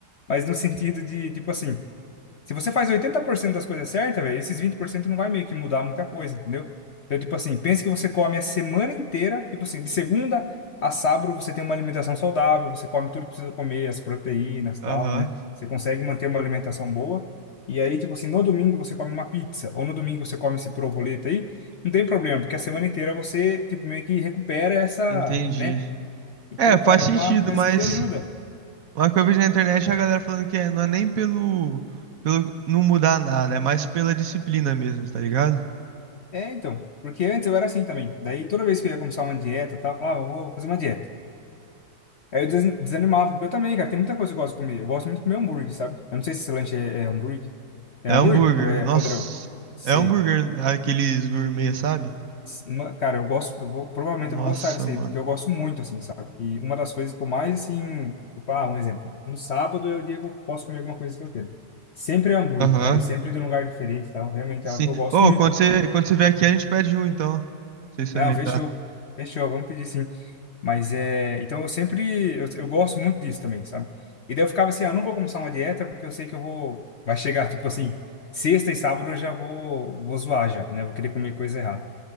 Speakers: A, on the left; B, on the right.
A: mas no sentido de, tipo assim, Se você faz 80% das coisas certas, velho, esses 20% não vai meio que mudar muita coisa, entendeu? Então, tipo assim, pense que você come a semana inteira, tipo assim, de segunda a sábado você tem uma alimentação saudável, você come tudo que precisa comer, as proteínas,
B: Aham,
A: tal, né? Você consegue manter uma alimentação boa. E aí, tipo assim, no domingo você come uma pizza, ou no domingo você come esse provoleta aí, não tem problema, porque a semana inteira você, tipo, meio que recupera essa,
B: entendi.
A: né? Então,
B: É, faz
A: cara, é
B: sentido,
A: uma coisa
B: mas
A: que ajuda.
B: Uma que eu vejo na internet é a galera falando que é, não é nem pelo, pelo não mudar nada, é mais pela disciplina mesmo, tá ligado?
A: É, então, porque antes eu era assim também. Daí toda vez que eu ia começar uma dieta, tal, eu falava, "Ah, "Eu vou fazer uma dieta. Aí eu des- desanimava, porque eu também, cara, tem muita coisa que eu gosto de comer. Eu gosto muito de comer hambúrguer, sabe? Eu não sei se esse lanche é, é hambúrguer. É
B: É
A: hambúrguer
B: hambúrguer.
A: ou é
B: Nossa,
A: podrão? Se,
B: é hambúrguer, aqueles gourmet, sabe?
A: se- ma- cara, eu gosto, eu vou, provavelmente
B: Nossa,
A: eu vou gostar desse
B: mano.
A: aí, porque eu gosto muito, assim, sabe? E uma das coisas que eu mais, assim, tipo, ah, um exemplo. No sábado é o dia que eu posso comer alguma coisa que eu quero. Sempre é hambúrguer,
B: Aham.
A: cara, e sempre de um lugar diferente e tal. Realmente
B: Sim.
A: é algo que eu gosto
B: Ô,
A: muito.
B: quando você, quando você vier aqui, a gente pede um, então. Pra você experimentar.
A: Não, fechou. Fechou, vamos pedir sim. Mas é. Então eu sempre. Eu, eu gosto muito disso também, sabe? E daí eu ficava assim: ah, não vou começar uma dieta porque eu sei que eu vou. Vai chegar, tipo assim, sexta e sábado eu já vou, vou zoar já, né? Vou querer comer coisa errada.